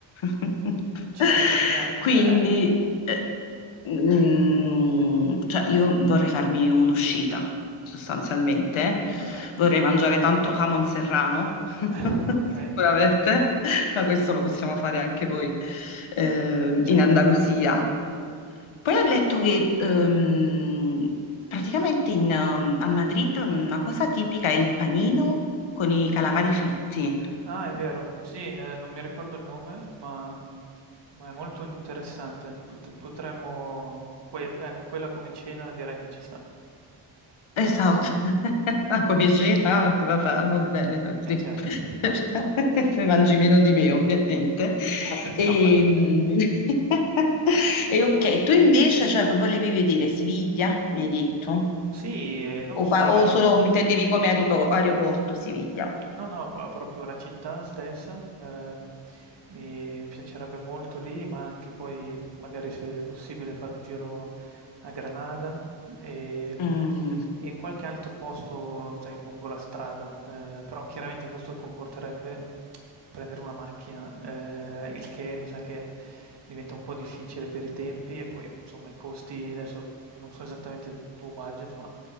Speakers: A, on the left (about 80°); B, on the right (about 60°).
A: <laughs>
B: Certo, certo.
A: Quindi,
B: Vabbè,
A: eh, mm, cioè, io vorrei farmi un'uscita, sostanzialmente.
B: vabbè.
A: Vorrei mangiare tanto jamon serrano, <laughs>
B: <laughs> Ok,
A: sicuramente, ma questo lo possiamo fare anche voi eh,
B: certo.
A: in Andalusia. Poi ho letto che ehm, praticamente in, ehm, a Madrid una cosa tipica è il panino con
B: Mm.
A: i calamari fritti.
B: Ah, è vero, sì, eh, non mi ricordo il nome, ma, mm, ma è molto interessante. Pot- potremmo, que- ecco, quella come cena direi che ci sta.
A: Esatto, <laughs> ma come cena, ah, va, fa- va bene, sì.
B: Eh certo.
A: <laughs> Mangi meno di me ovviamente. E,
B: No, beh.
A: mm, <laughs> e ok, tu invece cioè, che volevi vedere Siviglia, mi hai detto,
B: Sì, eh, non
A: o,
B: solo.
A: pa- o
B: eh.
A: solo intendevi come aeropo- aeroporto Siviglia?
B: No, no, ma proprio la città stessa, ehm, mi piacerebbe molto lì, ma anche poi magari se è possibile fare un giro a Granada e,
A: Mm,
B: e in qualche altro posto, sai, lungo la strada, eh, però chiaramente questo comporterebbe prendere una macchina, eh, il che mi sa che diventa un po' difficile per i tempi e poi insomma i costi, adesso non so esattamente il tuo budget, ma